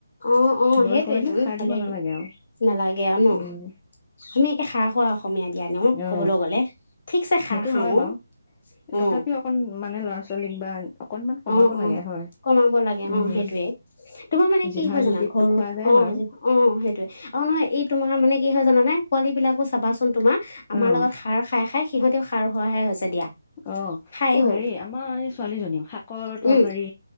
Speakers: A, on the left; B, on the left.
A: অ অ
B: বইল
A: সেইটোয়েইটো
B: কৰিলে খাৰ
A: ভালেই
B: দিব নালাগে আৰু
A: নালাগে আৰু ন।
B: উম
A: আমি এতিয়া খাৰ খোৱা অসমীয়া দিয়া ন কবলৈ
B: অ
A: গলে। ঠিকছে খাৰ
B: সেইটো
A: খাওঁ
B: হয় বাৰু
A: অ
B: তথাপিও অকন মানে ল'ৰা ছোৱালীক বা অকনমান কমাব
A: অ অ অ
B: লাগে হয়।
A: কমাব লাগে
B: উম
A: অ সেইটোয়ে তোমাৰ মানে
B: জিভাৰ
A: কি হয় জানা
B: জুতিতটো
A: ঘৰু
B: খোৱা
A: অ
B: যায়
A: অ
B: বাৰু
A: সেইটোৱে আৰু নহয় এই তোমাৰ মানে কি হয় জানানে পোৱালী বিলাকো চাবাচোন তোমাৰ আমাৰ
B: অ
A: লগত সাৰ খাই খাই সিহঁতেও সাৰ খোৱাহাই হৈছে দিয়া।
B: অ অ
A: খায়ও
B: হেৰি আমাৰ এই ছোৱালীজনীও শাকৰ তৰকাৰী
A: উম